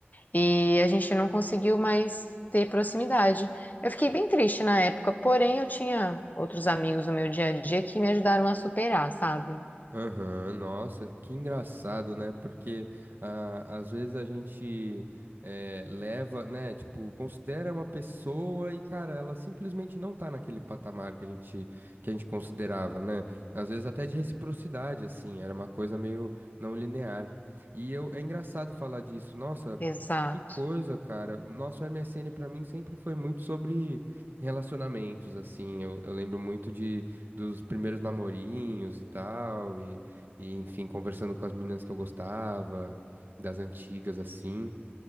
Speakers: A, on the left (about 45°); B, on the right (about 55°).
A: e a gente não conseguiu mais ter proximidade. Eu fiquei bem triste na época, porém eu tinha outros amigos no meu dia a dia que me ajudaram a superar, sabe?
B: Aham, nossa, que engraçado, né? Porque ah, às vezes a gente eh, leva, né? Tipo, considera uma pessoa e, cara, ela simplesmente não tá naquele patamar que a gente, que a gente considerava, né? Às vezes até de reciprocidade, assim, era uma coisa meio não linear. E eu, é engraçado falar disso, nossa,
A: Exato.
B: que coisa, cara. O nosso MSN pra mim sempre foi muito sobre relacionamentos, assim. Eu, eu lembro muito dos primeiros namorinhos e tal, e, e, enfim, conversando com as meninas que eu gostava, das antigas assim.